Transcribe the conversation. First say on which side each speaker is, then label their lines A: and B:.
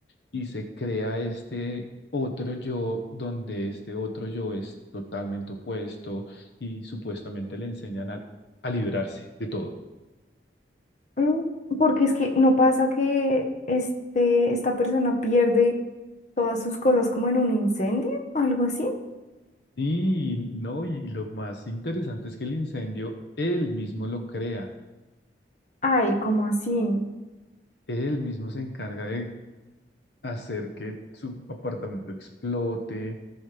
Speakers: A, on the left; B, on the left.
A: y se crea este otro yo donde este otro yo es totalmente opuesto y supuestamente le enseñan a, a liberarse de todo.
B: Mm, Porque es que no pasa que este, esta persona pierde todas sus cosas como en un incendio o algo así.
A: Y no, y lo más interesante es que el incendio él mismo lo crea,
B: Ay, ¿cómo así?
A: él mismo se encarga de hacer que su apartamento explote,